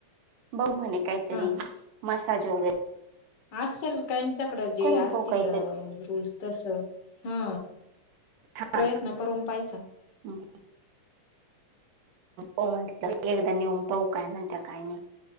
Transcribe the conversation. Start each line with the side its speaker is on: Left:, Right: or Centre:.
Right: बग म्हणे काहीतरी
Left: हा
Right: मसाज वगे
Left: असेल त्यांच्याकडं जे
Right: करून
Left: असतील
Right: पाहू काहीतरी
Left: रूल्स तस हा
Right: हां
Left: प्रयत्न करून पाहायचा
Right: ह म्हण एकदा निम पाऊ काय म्हणते काही नाही